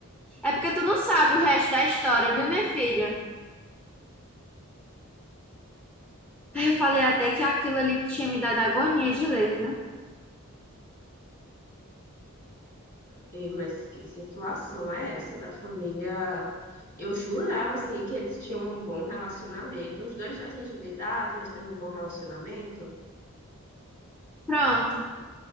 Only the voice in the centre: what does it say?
É porque tu não sabe o resto da história, viu, minha filha? Aí eu falei até que aquilo ali tinha me dado agonia de ler, viu?
Pronto.